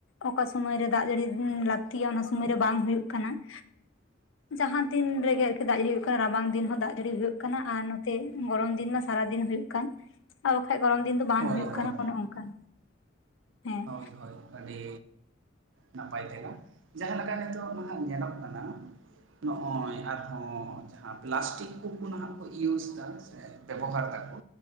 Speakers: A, on the left (about 80°); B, on the right (about 75°).
A: ᱚᱠᱟ ᱥᱚᱢᱚᱭ ᱨᱮ ᱫᱟᱜ ᱡᱟᱹᱲᱤ ᱞᱟᱹᱠᱛᱤᱭᱟ ᱚᱱᱟ ᱥᱚᱢᱚᱭ ᱨᱮ ᱵᱟᱝ ᱦᱩᱭᱩᱜ ᱠᱟᱱᱟ ᱾
B: <inaudible>
A: ᱡᱟᱦᱟᱸ ᱛᱤᱱ ᱨᱮᱜᱮ ᱟᱨᱠᱤ ᱫᱟᱜ ᱦᱩᱭᱩᱜ ᱠᱟᱱᱟ, ᱨᱟᱵᱟᱝ ᱫᱤᱱ ᱦᱚᱸ ᱫᱟᱜ ᱡᱟᱹᱲᱤ ᱦᱩᱭᱩᱜ ᱠᱟᱱᱟ, ᱟᱨ ᱱᱚᱛᱮ ᱜᱚᱨᱚᱢ ᱫᱤᱱ ᱢᱟ ᱥᱟᱨᱟ ᱫᱤᱱ ᱦᱳᱭᱳᱜ ᱠᱟᱱ, ᱟᱨ ᱵᱟᱠᱷᱟᱡ ᱜᱚᱨᱚᱢ ᱫᱤᱱ ᱫᱚ ᱵᱟᱝ
B: ᱦᱳᱭ
A: ᱦᱳᱭᱳᱜ
B: ᱦᱳᱭ
A: ᱠᱟᱱᱟ, ᱚᱱᱮ ᱚᱱᱠᱟᱱ ᱦᱮᱸ
B: ᱦᱳᱭ
A: ᱾
B: ᱦᱳᱭ ᱟᱹᱰᱤ ᱱᱟᱯᱟᱭ ᱛᱮᱞᱟ ᱾ ᱡᱟᱦᱟᱸ ᱞᱮᱠᱟ ᱱᱤᱛᱚᱜ ᱱᱟᱦᱟᱜ ᱧᱮᱞᱚᱜ ᱠᱟᱱᱟ ᱱᱚᱜᱼᱚᱭ ᱟᱨᱦᱚᱸ ᱡᱟᱦᱟᱸ ᱯᱞᱟᱥᱴᱤᱠ ᱠᱚᱠᱚ ᱱᱟᱦᱟᱜ ᱠᱚ ᱭᱩᱥ ᱮᱫᱟ ᱥᱮ, ᱵᱮᱵᱚᱦᱟᱨ ᱫᱟᱠᱚ